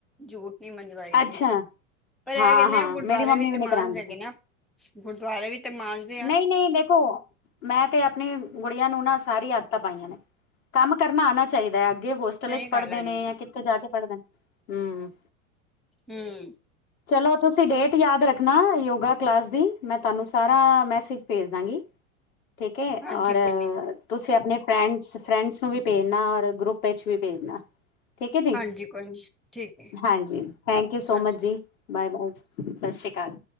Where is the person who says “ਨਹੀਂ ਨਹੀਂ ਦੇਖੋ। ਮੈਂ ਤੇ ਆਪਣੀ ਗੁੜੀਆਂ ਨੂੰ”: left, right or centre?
Left